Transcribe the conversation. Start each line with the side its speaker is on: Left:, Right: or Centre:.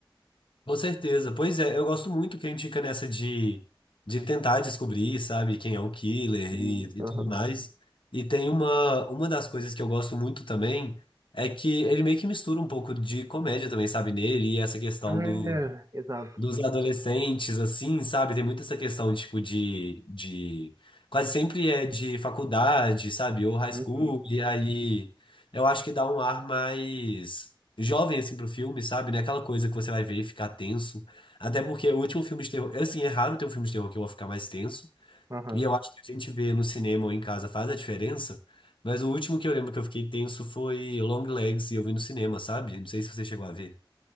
Left: Com certeza. Pois é, eu gosto muito que a gente fica nessa de, de tentar descobrir, sabe, quem é o killer
Right: Isso,
Left: e, e
Right: aham.
Left: tudo mais. E tem uma, uma das coisas que eu gosto muito também é que ele meio que mistura um pouco de comédia também, sabe, nele, e essa questão
Right: É,
Left: do,
Right: exato.
Left: dos adolescentes, assim, sabe? Tem muito essa questão, tipo, de, de... Quase sempre é de faculdade, sabe? Ou high
Right: Uhum,
Left: school. E aí, eu acho que dá um ar mais jovem, assim, pro filme, sabe? Não é aquela coisa que você vai ver e ficar tenso. Até porque o último filme de terror... é, Assim, é raro ter um filme de terror que eu vou ficar mais tenso.
Right: aham.
Left: E eu acho que a gente vê no cinema ou em casa faz a diferença. Mas o último que eu lembro que eu fiquei tenso foi Long Legs e eu vi no cinema, sabe? Não sei se você chegou a ver.